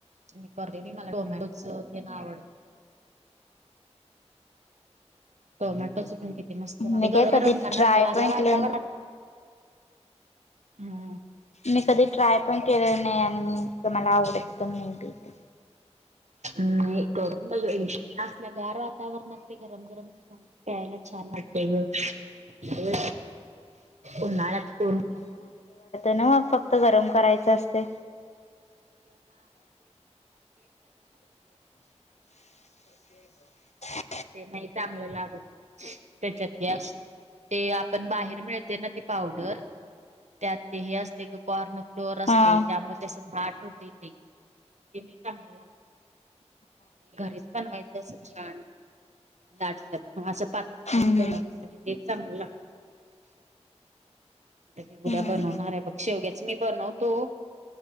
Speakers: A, on the right (about 80°); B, on the left (about 70°).
A: मी करतोय बाई मला ते टोमॅटोच तेन आवडतय. टोमॅटोच पण किती मस्त लागतय,
B: मी
A: ते
B: काय कधी
A: गरम खाणार
B: ट्राय
A: असल्या
B: पण
A: वातावरणात
B: केलं
A: हम्म.
B: मी कधी ट्राय पण केलं नाही आणि मला आवडत पण नाही ते.
A: नाही करून बग आसल्या गार वातावरणात ते गरम गरम छान प्यायला छान वाटतय. ते उनाळ्यात कोन ख
B: नव फक्त गरम करायचं असतय. <inaudible> <inaudible>
A: ते नाही चांगलं लागत. त्याच्यात हे असतय. ते आपण बाहेर मिळते ना ते पावडर त्यात ते हे असतय ग कॉर्न फ्लोअर असतय
B: हा
A: त्यामूळ असे दाट होतय ते नाही ते नाही चांगलं लागत. घरीच बनवायचं असं छान दाटसर असं पातळ
B: हम्म
A: जरी बनवलीस तरी ते चांगलं लागतय. तर मी उद्या
B: हम्म
A: बनवणार आहे बघ शेवग्याच मी बनवतो